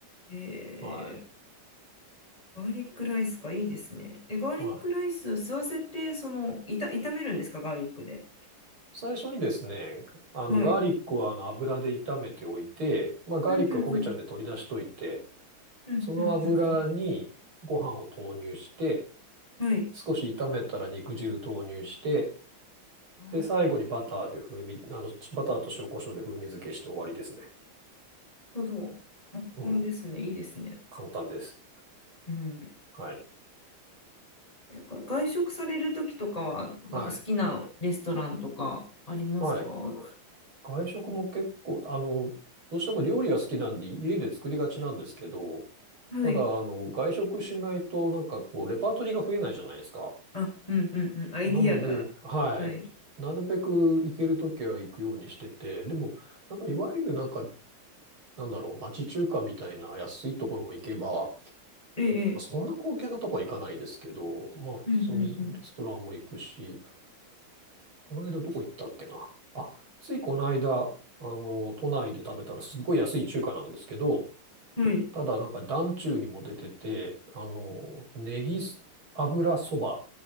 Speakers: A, on the left; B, on the right.
A: ん。え
B: はい。
A: ー、ガーリックライスか、いいですね。え、ガーリックライス吸わせて、
B: はい。
A: その、いた、炒めるんですか、ガーリックで。
B: 最初にですね、あの、
A: はい。
B: ガーリックはあの油で炒めておいて、まあ、ガーリックは焦げちゃうんで取り出しといて、
A: うんうんうん。うんうん
B: その油にご飯を投入して、
A: うん。はい。
B: 少し炒めたら肉汁投入して、
A: なる
B: で、最後にバターで風味、あの、バターと塩コショウで風味付けして終わりですね。
A: ほど。簡単ですね。
B: うん。
A: いいですね。
B: 簡単です。
A: うん
B: はい。
A: なんから外食されるときとかは、なんか好きなレストランとかありますかは
B: はい。はい。外食も結構、あの、どうしても料理が好きなんで家で作りがちなんですけど、ただ、
A: い。
B: あの、外食しないとなんかこう、レパートリーが増えないじゃないですか。
A: あ、うんうんうん。アイディアが。
B: なので、はい。
A: はい。
B: なるべく行けるときは行くようにしてて、でも、なんかいわゆるなんか、なんだろう、町中華みたいな安いところも行けば、
A: ええ、
B: まあそんな高級なとこは行かないですけど、
A: ええ
B: まあ、
A: うんうん
B: それ、レストランも行くし、この間どこ行ったっけな。あ、ついこの間、あの、都内で食べたらすっごい安い中華なんですけど、
A: うん。はい。
B: ただなんか団中にも出てて、あの、ネギ油そばっ